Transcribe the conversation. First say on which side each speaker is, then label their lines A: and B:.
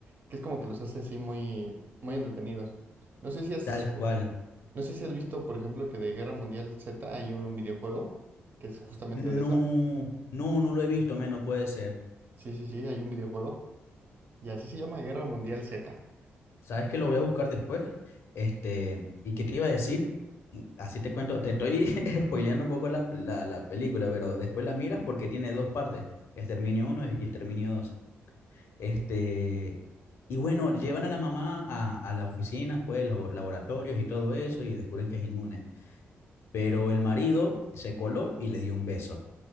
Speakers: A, on the right; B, on the left.
A: que es como que los hace así muy, muy entretenidos. No sé si has,
B: Tal cual.
A: no sé si has visto, por ejemplo, que de Guerra Mundial Z hay un videojuego que es justamente
B: No,
A: de eso.
B: no, no lo he visto, men, no puede ser.
A: Sí, sí, sí, hay un videojuego y así se llama Guerra Mundial Z.
B: ¿Sabes que lo voy a buscar después? Este, ¿y qué te iba a decir? Y Así te cuento, te estoy <laughs> spoileando un poco la, la, la película, pero después la miras porque tiene dos partes, Exterminio uno y Exterminio dos Este, y bueno, llevan a la mamá a, a las oficinas, pues, los laboratorios y todo eso, y descubren que es inmune. Pero el marido se coló y le dio un beso.